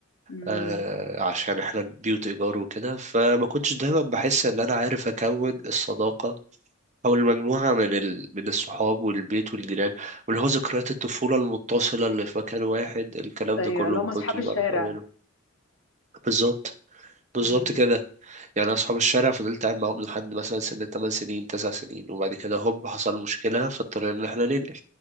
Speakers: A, on the left; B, on the right.
A: امم
B: آه، عشان احنا البيوت ايجار وكده فما كنتش دايما بحس ان انا عارف اكون الصداقه او المجموعه من ال... من الصحاب والبيت والجيران واللي هو ذكريات الطفوله المتصله اللي في مكان واحد الكلام
A: ايوه
B: ده كله
A: اللي
B: ما
A: هم
B: كنتش
A: اصحاب الشارع
B: بعرف اعمله بالظبط بالظبط
A: امم
B: كده يعني أنا أصحاب الشارع فضلت قاعد معاهم لحد مثلا سن 8 سنين 9 سنين وبعد كده هوب حصل مشكلة فاضطرينا إن إحنا ننقل